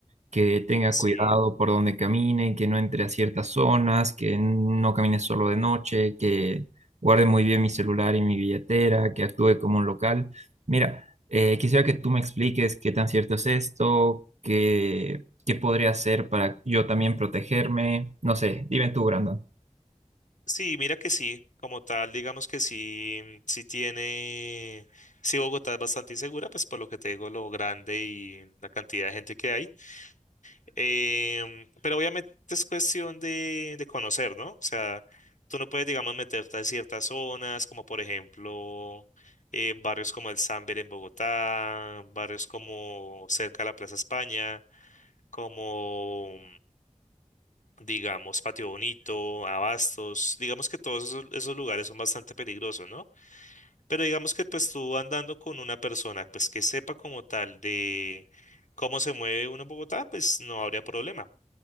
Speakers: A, on the right (about 65°); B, on the left (about 85°).
A: que tenga
B: Sí.
A: cuidado por donde camine, que no entre a ciertas zonas, que no camine solo de noche, que guarde muy bien mi celular y mi billetera, que actúe como un local. Mira, eh, quisiera que tú me expliques qué tan cierto es esto, qué, qué podría hacer para yo también protegerme. No sé, dime tú, Brandon.
B: Sí, mira que sí, como tal, digamos que sí, sí tiene, sí Bogotá es bastante insegura, pues por lo que te digo, lo grande y la cantidad de gente que hay. Em, pero obviamente es cuestión de, de conocer, ¿no? O sea, tú no puedes, digamos, meterte a ciertas zonas, como por ejemplo eh, barrios como el Samber en Bogotá, barrios como cerca de la Plaza España, como, digamos, Patio Bonito, Abastos. Digamos que todos esos, esos lugares son bastante peligrosos, ¿no? Pero digamos que pues tú andando con una persona, pues que sepa como tal de cómo se mueve uno en Bogotá, pues no habría problema.